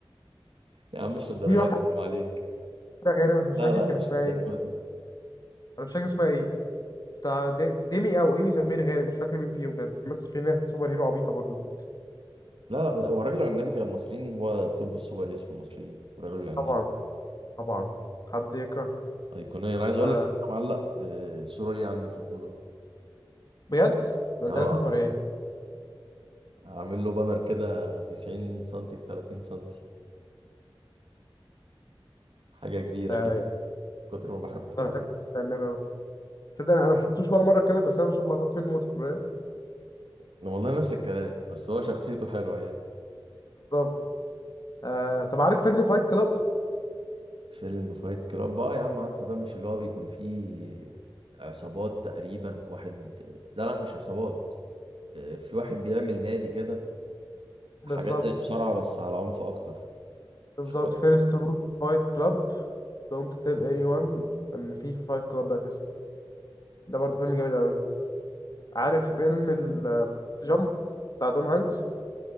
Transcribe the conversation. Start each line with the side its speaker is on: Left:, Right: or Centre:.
Right: يا عم مش للدرجه
Left: وفي واحد
Right: دي حرام عليك
Left: كده غيري بس مش
Right: لا
Left: فاكر
Right: لا
Left: كان
Right: مش
Left: اسمها
Right: للدرجه
Left: ايه
Right: دي
Left: انا مش فاكر اسمها ايه بتاع دي- ديمي او ايمي سمير غانم مش فاكر مين فيهم كانت بتمثل في ناس سوبر هيرو عبيطه برضه دي
Right: لا لا بس هو الرجل العنابي كان المصريين هو توب السوبر هيروز في المصريين الرجل العنابي
Left: طبعا طبعا حد يكره
Right: ايقونيه انا عايز
Left: آه
Right: اقول لك إن انا معلق آه، الصوره لي عندي في الاوضه
Left: بجد ده انت
Right: اه
Left: لازم توريها لي
Right: عامل له بانر كده 90 سنتي في 30 سنتي حاجه كبيره
Left: آه،
Right: كده كتر ما بحبه
Left: انا بحب النبي أوي. تصدق انا أنا ما شفتوش ولا مره كامل بس انا بشوف لقطات منه متكرره
Right: أنا والله نفس الكلام بس هو شخصيته حلوه يعني
Left: بالظبط آه طب عارف فيلم فايت كلاب
Right: فيلم فايت كلاب بقى يا عم عارفه ده مش اللي هو بيكون فيه عصابات تقريبا واحد لا لا مش عصابات آه، في واحد بيعمل نادي كده
Left: بالظبط
Right: حاجات زي مصارعه بس على عنف اكتر
Left: بالظبط
Right: شو ده
Left: فيرست رول فايت كلاب دونت تيل اني وان ان في فايت كلاب اساسا ده برضه فيلم جامد قوي عارف فيلم ال جامب بتاع توم هانكس